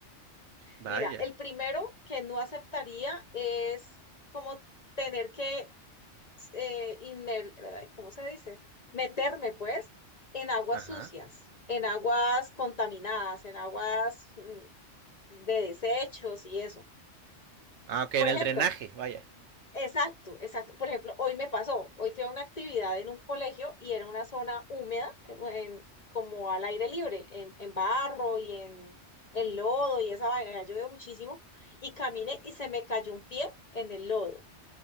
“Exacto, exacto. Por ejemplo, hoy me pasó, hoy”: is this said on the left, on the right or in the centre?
Left